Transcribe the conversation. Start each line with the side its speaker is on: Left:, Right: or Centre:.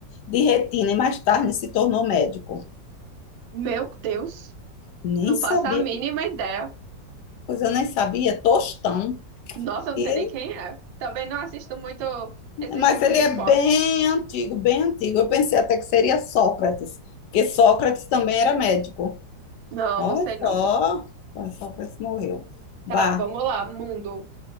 Left: de retina e mais tarde se tornou médico?
Right: Meu Deus.
Left: Nem
Right: Não
Left: sabia,
Right: faço a mínima ideia.
Left: pois eu nem sabia, Tostão.
Right: Nossa, eu não
Left: E-
Right: sei nem quem é. Também não assisto muito esse
Left: mas
Right: tipo
Left: ele
Right: de
Left: é
Right: esporte.
Left: bem antigo, bem antigo. Eu pensei até que seria Sócrates, porque Sócrates também era médico.
Right: Não,
Left: Olha
Right: não sei não.
Left: só, olha, Sócrates morreu. Vá.
Right: Tá, vamos lá, mundo.